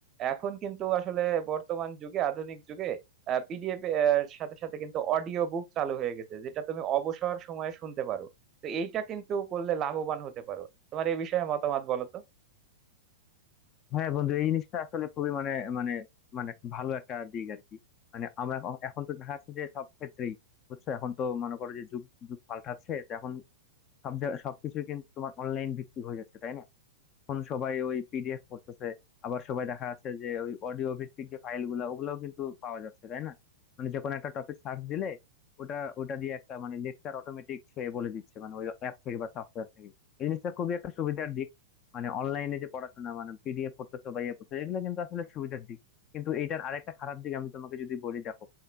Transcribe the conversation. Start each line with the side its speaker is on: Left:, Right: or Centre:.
Right: এখন কিন্তু আসলে বর্তমান যুগে আধুনিক যুগে পিডিএফ এর সাথে সাথে কিন্তু অডিও বুক চালু হয়ে গেছে যেটা তুমি অবসর সময়ে শুনতে পারো তো এইটা কিন্তু করলে লাভবান হতে পারো তোমার এই বিষয়ে মতামত বলো তো
Left: হ্যাঁ বন্ধু এই জিনিসটা আসলে খুবই মানে মানে মানে একটা ভালো একটা দিক আর কি মানে আমরা এখন এখন তো দেখা যাচ্ছে যে সব ক্ষেত্রেই বুঝছো এখন তো মনে করো যে যুগ যুগ পাল্টাচ্ছে তো এখন সব জায়গা- সবকিছু কিন্তু তোমার অনলাইন ভিত্তিক হয়ে যাচ্ছে তাই না এখন সবাই ওই পিডিএফ করতেছে আবার সবাই দেখা যাচ্ছে যে ওই অডিও ভিত্তিক যে ফাইল গুলা ওগুলাও কিন্তু পাওয়া যাচ্ছে তাই না মানে যে কোনো একটা টপিক সার্চ দিলে ওটা ওটা দিয়ে একটা মানে লেকচার অটোমেটিক সে বলে দিচ্ছে মানে ওই অ্যাপ থেকে বা সফটওয়্যার থেকে এই জিনিসটা খুবই একটা সুবিধার দিক মানে অনলাইনে যে পড়াশোনা মানে পিডিএফ পড়তেছো বা ইয়ে পড়তেছো এগুলো কিন্তু আসলে সুবিধার দিক কিন্তু এইটার আরেকটা খারাপ দিক আমি তোমাকে যদি বলি দেখো